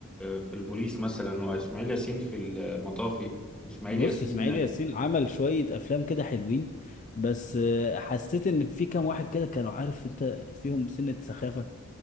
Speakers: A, in the centre; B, on the left.
A: في البوليس مثلا واسماعيل ياسين في المطافي واسماعيل
B: بص
A: ياسين
B: اسماعيل ياسين عمل شوية أفلام كده حلوين بس آه، حسيت إن في كام واحد كده كانوا عارف أنت فيهم سنة سخافة